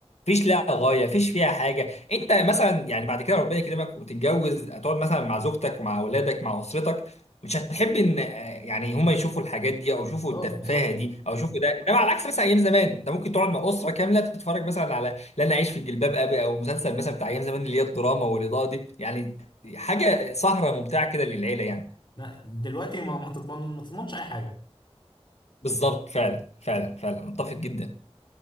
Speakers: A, on the left; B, on the left.
A: مفيش لها غايه مفيش فيها حاجه انت مثلا يعني بعد كده ربنا يكرمك وتتجوز هتقعد مثلا مع زوجتك ومع اولادك مع اسرتك مش هتحب ان آه، يعني هم يشوفوا الحاجات دي او يشوفوا
B: اه
A: التفاهه
B: بالظبط
A: دي او يشوفوا ده انما على عكس مثلا ايام زمان انت ممكن تقعد مع اسره كامله تتفرج مثلا على لن اعيش في جلباب ابي او مسلسل مثلا بتاع ايام زمان اللي هي الدراما والاضاءه دي يعني حاجه سهره ممتعه كده للعيله يعني
B: لا دلوقتي ما ما تضمن ما تضمنش اي حاجه
A: بالظبط فعلا فعلا فعلا متفق جدا